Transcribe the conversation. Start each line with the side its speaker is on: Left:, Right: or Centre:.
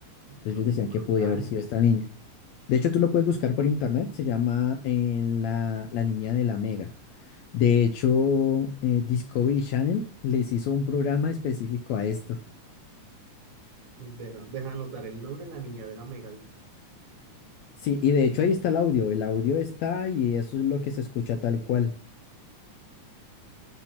Right: No,
Left: Entonces ellos decían
Right: brutal.
Left: que podía haber sido esta niña. De hecho, tú lo puedes buscar por internet, se llama eh, la, la niña de la Mega. De hecho, eh, Discovery Channel les hizo un programa específico a esto.
Right: Deja, deja anotar el nombre de la niña de la mega, dices.
Left: Sí, y de hecho ahí está el audio, el audio está y eso es lo que se escucha tal cual.